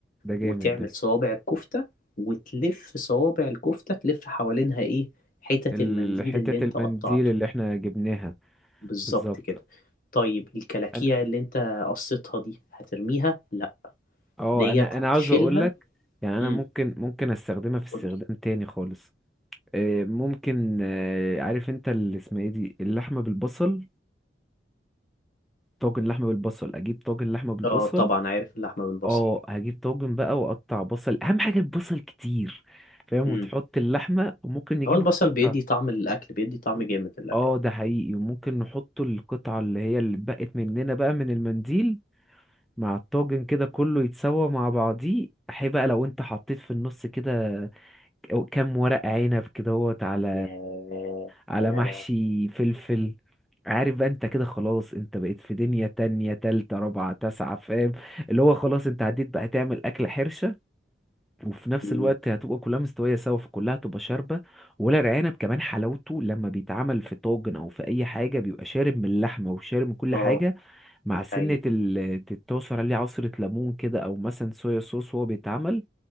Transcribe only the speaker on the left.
وتعمل
صوابع الكفتة وتلف صوابع الكفتة تلف حوالينها ايه حتت
المنديل اللي انت
قطعته
بالظبط
كده طيب الكلاكيع
اللي انت قصيتها دي هترميها؟ لا
ديت
هتشيلها
امم
قولي
اه طبعا عارف اللحمة بالبصل
امم
هو البصل
بيدي طعم الأكل بيدي طعم جامد للأكل
ياه
يا
لا
أمم،
اه
دي
حقيقة